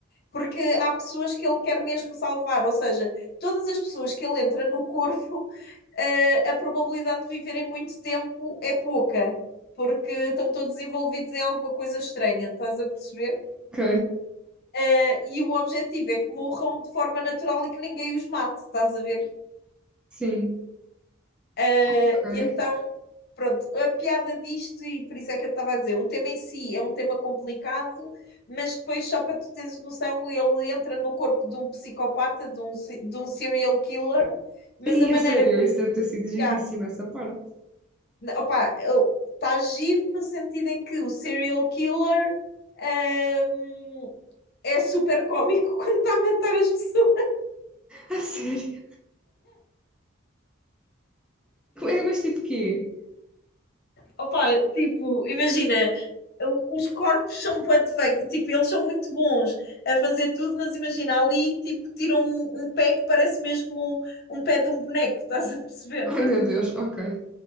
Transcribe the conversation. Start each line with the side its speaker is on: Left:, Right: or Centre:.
Left: Porque há pessoas que ele quer mesmo salvar, ou seja, todas as pessoas que ele entra no corpo, <laughs> eh, a probabilidade de viverem muito tempo é pouca, porque estão todos envolvidos em alguma coisa estranha, estás a perceber?
Centre: Ok,
Left: Eh, E o objetivo é que morram de forma natural e que ninguém os mate, estás a ver?
Centre: sim,
Left: Ah,
Centre: ok.
Left: então, pronto, a piada disto, e por isso é que eu estava a dizer, o tema em si é um tema complicado, mas depois, só para tu teres noção, ele entra no corpo de um psicopata, de um, se- de um serial killer, mas
Centre: E
Left: a maneira
Centre: a sério,
Left: como.
Centre: isso deve ter sido giríssimo,
Left: Yeah,
Centre: essa parte.
Left: opa, está giro no sentido em que o serial killer, ahm, é super cómico <laughs> quando está a matar as pessoas.
Centre: A sério. É, mas tipo quê?
Left: Opa, tipo, imagina, um, os corpos são bué defectos, tipo, eles são muito bons a fazer tudo, mas imagina, ali, tipo, tiram um, um pé que parece mesmo um pé de um boneco, <laughs> estás a perceber?
Centre: Ai meu Deus, ok.